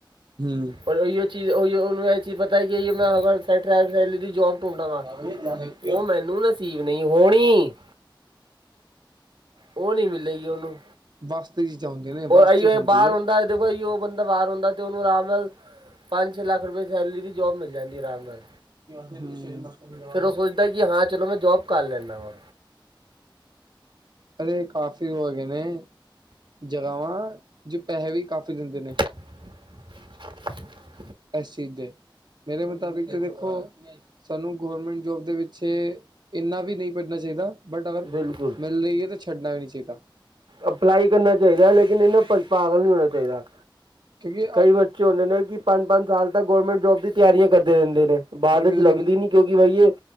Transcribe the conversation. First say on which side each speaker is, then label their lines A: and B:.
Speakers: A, on the right; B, on the right.
A: ਹਮ
B: ਔਰ ਉਹਹੀਓ ਚੀਜ਼, ਉਹਹੀਉ ਉਹਨੂੰ ਇਹ ਚੀਜ਼ ਪਤਾ ਹੈ ਕਿ ਮੈਂ ਅਗਰ <unintelligible> ਦੀ ਜੋਬ ਟੂੰਡਾ
A: ਹਾਂ ਵੀ ਧਿਆਨ ਰੱਖਿਓ
B: ਉਹ ਮੈਨੂੰ ਨਸੀਬ ਨਹੀਂ ਹੋਣੀ। ਉਹ ਨਹੀਂ ਮਿਲੇਗੀ ਉਹਨੂੰ
A: ਬਸ ਤੇ ਵੀ ਜਾਂਦੇ ਨੇ।
B: ਉਹ
A: ਵਾਸ
B: ਆਈਓ
A: ਚ
B: ਇਹ
A: ਹੁੰਦੀ
B: ਬਾਹਰ
A: ਹੈ
B: ਹੁੰਦਾ ਐ, ਦੇਖੋ ਆ ਉਹ ਬੰਦਾ ਬਾਹਰ ਹੁੰਦਾ ਤੇ ਉਹਨੂੰ ਆਰਾਮ ਨਾਲ ਪੰਜ ਛੇ ਲੱਖ ਰੁਪਏ ਸੈਲਰੀ ਦੀ ਜੋਬ ਮਿਲ ਜਾਂਦੀ ਆਰਾਮ ਨਾਲ।
A: <inaudible>
B: ਫਿਰ ਉਹ ਸੋਚਦਾ ਕਿ ਹਾਂ ਚਲੋ ਮੈਂ ਜੋਬ ਕਰ ਲੈਂਦਾ ਵਾਂ।
A: ਅਰੇ ਕਾਫੀ ਉਹ ਹੈਗੇ ਨੇ, ਜਗ੍ਹਾਵਾਂ ਜੋ ਪੈਸੇ ਵੀ ਕਾਫੀ ਦਿੰਦੇ ਨੇ।
B: <inaudible>
A: ਇਸ ਚੀਜ਼ ਦੇ, ਮੇਰੇ ਮੁਤਾਬਿਕ ਦੇਖੋ। ਸਾਨੂੰ ਗੌਰਮੈਂਟ ਜੋਬ ਦੇ ਪਿੱਛੇ ਇੰਨਾ ਵੀ ਨਹੀਂ ਭੱਜਣਾ ਚਾਹੀਦਾ। ਬਟ ਅਗਰ
B: ਬਿਲਕੁਲ
A: ਮਿਲ ਰਹੀ ਐ ਤੇ ਛੱਡਣਾ ਵੀ ਨਹੀਂ ਚਾਹੀਦਾ।
B: ਅਪਲਾਈ ਕਰਨਾ ਚਾਹੀਦਾ ਲੇਕਿਨ ਇਹਨਾਂ ਪ ਪਾਗਲ ਨਹੀਂ ਹੋਣਾ ਚਾਹੀਦਾ
A: ਠੀਕ ਹੈ
B: ਕਈ ਬੱਚੇ ਹੁੰਦੇ ਨੇ ਕਿ ਪੰਜ ਪੰਜ ਸਾਲ ਤਾ ਗੌਰਮੈਂਟ ਜੋਬ ਦੀ ਤਿਆਰੀਆਂ ਕਰਦੇ ਰਹਿੰਦੇ ਨੇ ਬਾਅਦ
A: ਪਰ
B: ਵਿੱਚ
A: ਮਿਲਦੀ
B: ਲੱਗਦੀ
A: ਨਹੀਂ
B: ਨੀ ਕਿਉਂਕਿ ਬਈ ਏ